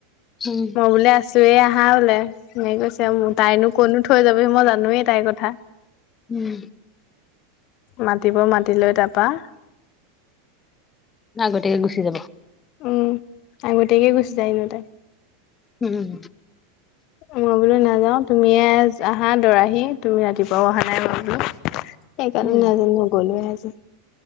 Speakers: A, on the left; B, on the left.
A: উম।
B: মই বোলে আছোয়েই আহা বোলে, এনেকে কৈছে। তাইনো কতনো থৈ যাবহি মই জানোয়েই তাইৰ কথা।
A: উম।
B: মাতিব মাতি লৈ তাৰপৰা-
A: আগতীয়াকে গুচি যাব।
B: উম। আগতীয়াকে গুচি যায় এনো তাই।
A: উম।
B: মই বোলো নাযাও তুমিয়ে- আহা দৰাহি, তুমি ৰাতিপুৱা অহা নাই বোলো, সেইকাৰণে
A: উম
B: নগলোৱে আজি।